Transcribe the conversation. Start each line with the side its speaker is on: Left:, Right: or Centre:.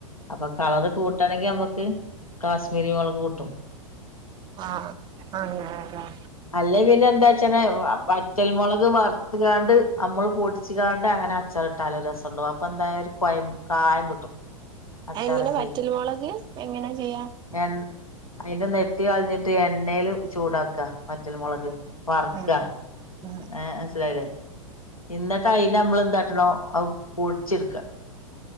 Left: അപ്പൊ കളര് കൂട്ടാണെങ്കി നമ്മുക്ക് കാശ്മീരി മുളക് കൂട്ടും.
Right: ആ അങ്ങനെല്ലേ.
Left: അല്ലേ പിന്നെ എന്താച്ചനെ വ വറ്റൽമുളക് വറുത്ത് കാണ്ട് അമ്മള് പൊടിച്ച് കാണ്ട് അങ്ങനെ അച്ചാറ് ഇട്ടാലും രസം ഇണ്ടാകും അപ്പ എന്തായാലും കൊഴം കായം കിട്ടും. അച്ചാറൊക്കെ
Right: എങ്ങനെ വറ്റൽ മുളക് എങ്ങനെ ചെയ്യാ?
Left: എൻ അതിന്റെ നെട്ടി കൾഞ്ഞിട്ട് എണ്ണേല് ചൂടാക്ക വറ്റൽ മുളക്. വർക്ക
Right: ഉം ഉം ഉം
Left: ഏ മൻസിലായില്ലേ ഇന്നട്ട് അയി ല നമ്മൾ എന്താട്ടണോ അഹ് പൊടിച്ചെടുക്ക.